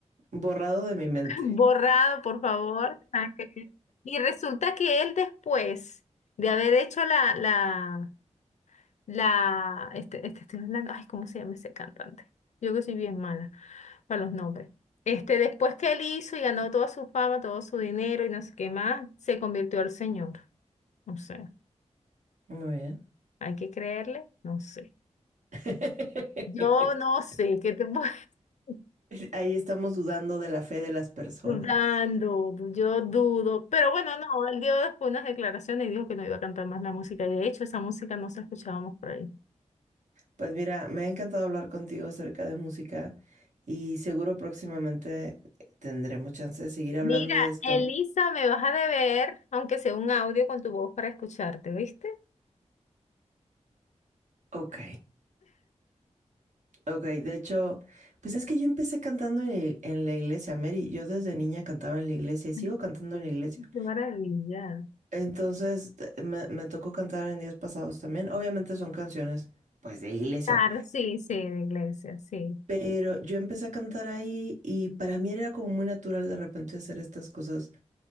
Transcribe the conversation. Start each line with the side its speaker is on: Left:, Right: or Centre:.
Right: Borrado de mi mente.
Left: <laughs> borrado, por favor. Ah, que- Y resulta que él después de haber hecho la, la, La, este, este estoy hablando, ay, ¿cómo se llama ese cantante? Yo que soy bien mala para los nombres. Este, después que él hizo y ganó toda su fama, todo su dinero y no sé qué más, se convirtió al señor. No sé,
Right: Muy bien.
Left: hay que creerle, no sé.
Right: <laughs>
Left: Yo no sé, ¿qué te puedo <laughs>
Right: Ahí estamos dudando de la fe de las personas.
Left: dudando? Yo dudo, pero bueno, no, él dio después unas declaraciones y dijo que no iba a cantar más la música y de hecho esa música no se escuchábamos por ahí.
Right: Pues mira, me ha encantado hablar contigo acerca de música y seguro próximamente tendremos chance de seguir hablando
Left: Mira,
Right: de esto.
Left: Elisa, me vas a deber, aunque sea un audio con tu voz para escucharte, ¿viste?
Right: Ok. Ok, de hecho, pues es que yo empecé cantando en, la en la iglesia, Mary. Yo desde niña cantaba en la iglesia y sigo
Left: <laughs>
Right: cantando en la iglesia.
Left: Qué maravilla.
Right: Entonces, t- me, me tocó cantar en días pasados también. Obviamente son canciones, pues, de iglesia.
Left: Claro, sí, sí, de iglesia, sí.
Right: Pero yo empecé a cantar ahí y para mí era como muy natural de repente hacer estas cosas